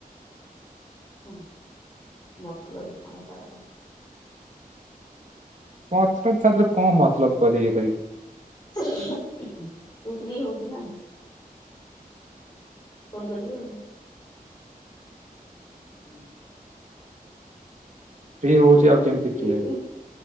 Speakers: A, on the left; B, on the right.
A: ହୁଁ ମତଲବ କଣ ହେଲାକି?
B: ମତଲବ ତାରେ ଦିହରେ କଣ ମତଲବ କଲେ ଇଏ କରିକି?
A: ତୁ ଫ୍ରି ହଉଛୁ ନା ହେଉନୁ? କଣ କରିବ ଆଉ କି? ହୁଁ।
B: ଫ୍ରି ହଉଛି
A: <inaudible> ହଁ
B: ଆଉ କେମିତି ଫ୍ରି ହେବି।